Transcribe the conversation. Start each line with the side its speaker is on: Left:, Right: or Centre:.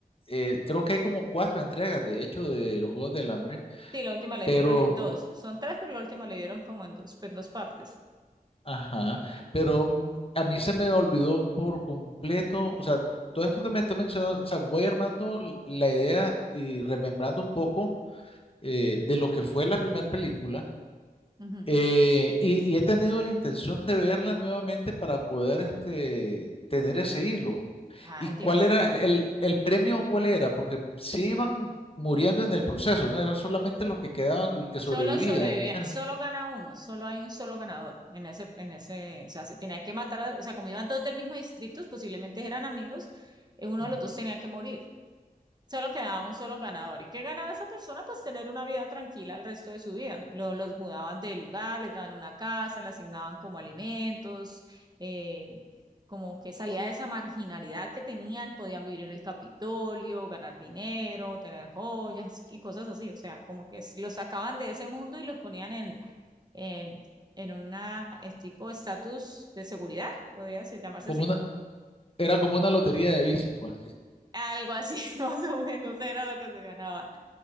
Left: eh, creo que hay como cuatro entregas, de hecho, de los Juegos del Hambre,
Right: Sí, la última le
Left: pero,
Right: dieron en dos. Son tres, pero la última le dieron como en dos, en dos partes.
Left: ajá, pero mm, a mí se me olvidó por completo, o sea, todo esto que me está mencionando, o sea, voy armando l- la idea y remembrando un poco eh, de lo que fue la primera película
Right: Ujú.
Left: Eh, y, y he tenido la intención de verla nuevamente para poder este, tener ese hilo.
Right: Ah,
Left: ¿Y
Right: tienes,
Left: cuál era el, el premio? ¿Cuál era? Porque sí iban muriendo en el proceso, ¿no? Eran solamente los que quedaban, los que
Right: solo
Left: sobrevivían
Right: sobrevivía,
Left: al
Right: solo
Left: final.
Right: gana uno, solo hay un solo ganador en ese, en ese, o sea, se tenía que matar, a- o sea, como iban dos del mismo distrito, posiblemente eran amigos, eh, uno
Left: Ujú.
Right: de los dos tenía que morir. Solo quedaba un solo ganador. ¿Y qué ganaba esa persona? Pues tener una vida tranquila el resto de su vida. Lo- los mudaban de lugar, les daban una casa, le asignaban como alimentos, eh, como que salía de esa marginalidad que tenían, podían vivir en el Capitolio, ganar dinero, tener joyas y cosas así. O sea, como que s- los sacaban de ese mundo y los ponían en, en, en una en tipo estatus de seguridad, podría se- llamarse
Left: Como
Right: así.
Left: una, era como una lotería de visas, pues.
Right: Algo así, <laughs> más o menos, era lo que se ganaba.